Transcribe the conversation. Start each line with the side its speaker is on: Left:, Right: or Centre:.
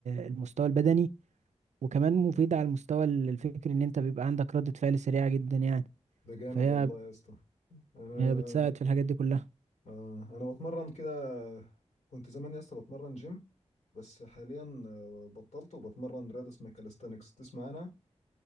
Right: المستوى البدني وكمان مفيدة على المستوى الفكري إن أنت بيبقى عندك ردة فعل سريعة جدا يعني
Left: ده جامد
Right: فهي
Left: والله يا اسطى انا
Right: هي بتساعد في الحاجات دي كلها
Left: آه، انا بتمرن كده كنت زمان يا اسطى بتمرن جيم بس حاليا آه، بطلت وبتمرن رياضه اسمها كاليستانكس تسمع انا